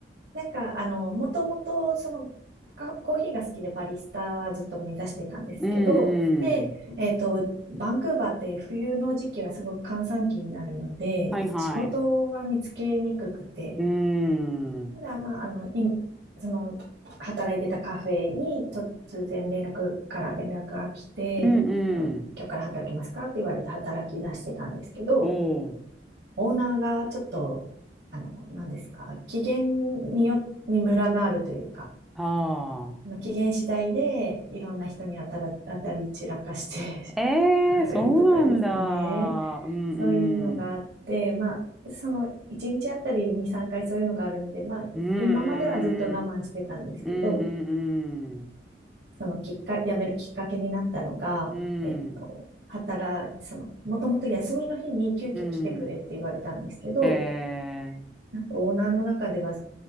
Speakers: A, on the right (about 70°); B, in the centre.
A: なんか、あの、もともと、その、かコーヒーが好きでバリスタはずっと目指してたんですけど、
B: うんうん。
A: で、えっと、バンクーバーって冬の時期はすごく閑散期になるので、
B: はいはい。
A: 仕事は見つけにくくて、
B: うーん。
A: ただ、まあ、あの、い、その、働いてたカフェに突然連絡から連絡が来て、
B: うんうん。
A: あの、今日から働きますかって言われて働き出してたんですけど、
B: おー。
A: オーナーがちょっと、あの、何ですか、機嫌によにムラがあるというか、
B: はあ。
A: ま機嫌次第でいろんな人に当たら、当たり散らかして
B: えー、
A: <laughs> あれとかですね。
B: そうなんだ。うんうん。
A: そういうのがあって、まあ、その1日あたり2、3回そういうのがあるんで、まあ、い今まではずっと我慢してたんですけど、
B: うんうん。うんうん
A: そのきっか、辞めるきっかけになったのが、
B: うん。うん。
A: えっと、働、その、もともと休みの日に急遽来てくれって言われたんですけど、
B: うん。え
A: なんかオーナーの中では